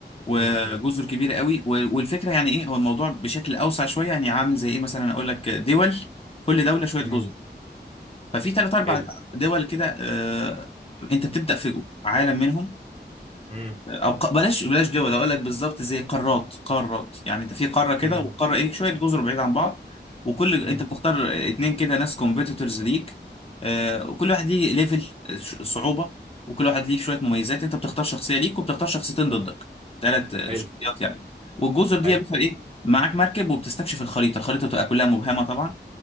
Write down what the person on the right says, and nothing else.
امم
امم
حلو
امم
امم
امم
حلو
حلو